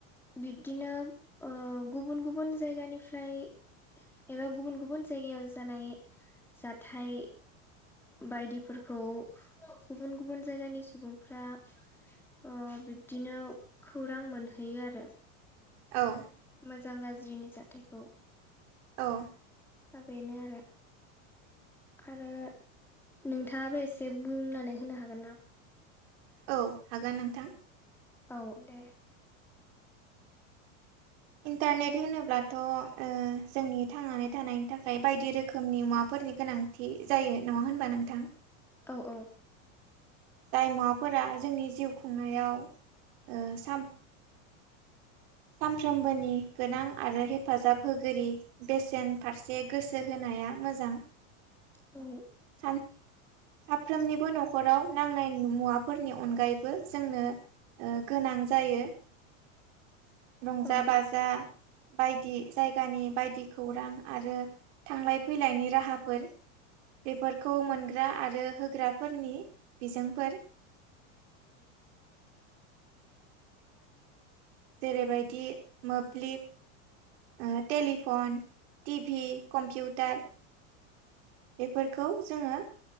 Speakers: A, in the centre; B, on the right.
A: बिब्दिनो गुबुन गुबुन जायगानिफ्राय एबा गुबुन गुबुन जायगायाव जानाय जाथाय बायदिफोरखौ गुबुन गुबुन जायगानि सुबुंफ्रा ओ बिब्दिनो खौरां मोनहैयो आरो
B: औ
A: मोजां गाज्रिनि जाथायखौ
B: औ
A: दा बेनो आरो आरो नोंथाङाबो एसे बुंनानै होनो हागोन ना
B: औ हागोन नोंथां
A: औ दे।
B: इन्टारनेट होनोब्लाथ' ओ जोंनि थांनानै थानायनि थाखाय बायदि रोखोमनि मुवाफोर नि गोनांथि जायो नङा होनबा नोंथां।
A: औ औ।
B: जायमुवाफोरा जोंनि जिउ खुंनायाव ओ साम। सानफ्रोमबोनि गोनां आरो हेफाजाब होगिरि बेसेन फारसे गोसो होनाय। होनाया मोजां।
A: औ।
B: सान। साफ्रोमनिबो न'खराव नांनाय मुवाफोरनि अनगायैबो जोंनो। ओ गोनां जायो।
A: <inaudible>
B: रंजा
A: औ
B: बाजा बायदि जायगानि। बायदि खौरां आरो थांलाय फैलायनि राहाफोर। बेफोरखौ मोनग्रा आरो होग्राफोरनि। बिजोंफोर।
A: आरो।
B: जेरैबायदि मोब्लिब ‌ टेललिफन टिभि कम्पिउटार बेफोरखौ जोङो